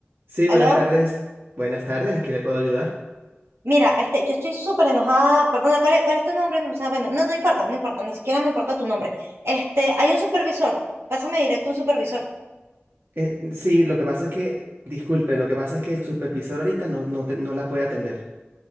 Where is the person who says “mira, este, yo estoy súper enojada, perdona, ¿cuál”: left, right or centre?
Right